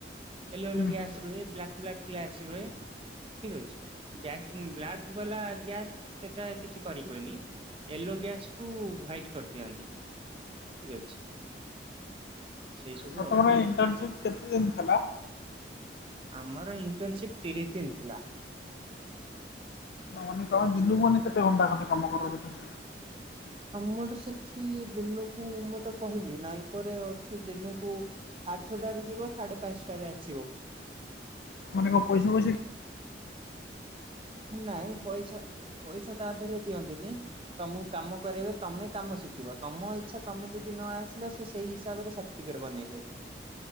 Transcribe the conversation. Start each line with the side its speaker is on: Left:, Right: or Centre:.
Right: ଏଲୋ ଗ୍ୟାସ୍
Left: ହୁଁ ହୁଁ
Right: ଆସି ରୁହେ ବ୍ଲାକ୍ ବ୍ଲାକ୍ ଲ ଆସି ରୁହେ ଠିକ ଅଛିଲା ଗ୍ୟା ସେଟା କିଛି କରି ହଏନି ୟେଲୋ ଗ୍ୟାସ୍କୁୁ ହ୍ଵାଇଟ କରିଦିଅନ୍ତି ଠିକ ଅଛି। ସେଇ ସବୁ
Left: ତମର
Right: ଆଉ।
Left: ଇଣ୍ଟ କେତେ ଦିନ ଥିଲା
Right: ଆମର ଇଣ୍ଟରନସିପ ତିରିଶ ଦିନ ଥିଲା।
Left: ମାନେ କଣ ଦିନକୁ ମାନେ କେତେ ଘଣ୍ଡା କଟେ କାମ କର ସେଠି
Right: ମର ସେଠି ଦିନକୁ ମୁଁ ତ କହିଲି ନାଲକୋରେ ଅଛି ଦିନକୁ ଆଠଟାରେ ଯିବ ସାଢେ ପାଞ୍ଚଟାରେ ଆସିବ
Left: ମାନେ କ ପଇସା ପଇସା
Right: ନାଇଁ ପଇସା ପଇସା ତା ଦେହରେ ଦିଅନ୍ତିନି ତମକୁ କାମ କରରେବେ ତମେ କାମ ଶିଖିବ ତମ ଇଚ୍ଛା ତମେ ଯଦି ନ ଆସିଲ ସେ ସେଇ ହିସାବରେ ସା। ବନେଇବେ